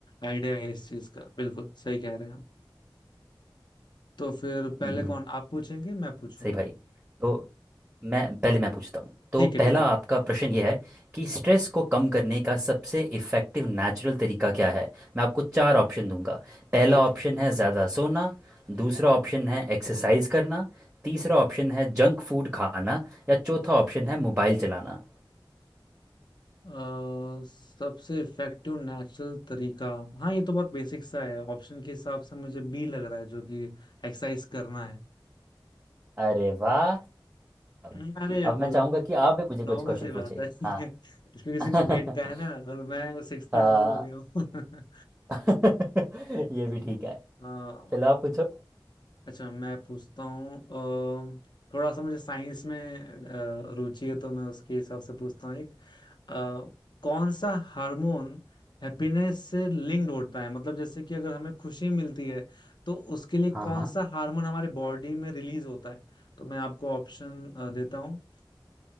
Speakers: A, on the left; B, on the right.
A: आइडिया है इस चीज का बिल्कुल सही कह रहे हैं आप तो फिर पहले
B: हम्म, हम्म, हम्म।
A: कौन आप पूछेंगे मैं पूछूं
B: सही भाई तो मैं पहले मैं पूछता हूँ तो
A: ठीक है
B: पहला
A: ठीक है
B: आपका प्रश्न यह है कि स्ट्रेस को कम करने का सबसे इफ़ेक्टिव नेचुरल तरीका क्या है मैं आपको चार ऑप्शन दूंगा पहला
A: ओके
B: ऑप्शन है ज़्यादा सोना दूसरा ऑप्शन है एक्सरसाइज करना तीसरा ऑप्शन है जंक फूड खाना या चौथा ऑप्शन है मोबाइल चलाना
A: अ, सबसे इफेक्टिव नेचुरल तरीका हाँ ये तो बहुत बेसिक सा है ऑप्शन के हिसाब से मुझे बी लग रहा है जो कि एक्सरसाइज करना है
B: अरे वाह अब
A: अरे
B: अब
A: मतलब
B: मैं चाहूँगा कि आप भी मुझे
A: नॉर्मल
B: कुछ क्वेश्चन
A: सी
B: पूछें
A: बात है <laughs> क्योंकि
B: हाँ
A: सिक्स
B: <laughs>
A: ग्रेड का है ना और मैं सिक्स का
B: हाँ
A: डबल हो गया हूँ <laughs>
B: <laughs> ये भी ठीक है
A: हाँ
B: चलो आप पूछो
A: अच्छा मैं पूछता हूँ अम, थोड़ा सा मुझे साइंस में अ, रुचि है तो मैं उसके हिसाब से पूछता हूँ एक अ, कौन सा हार्मोन हैप्पीनेस से लिंक्ड होता है मतलब जैसे कि अगर हमें खुशी मिलती है तो उसके लिए
B: हाँ
A: कौन
B: हाँ
A: सा हार्मोन हमारे बॉडी में रिलीज होता है तो मैं आपको ऑप्शन देता हूँ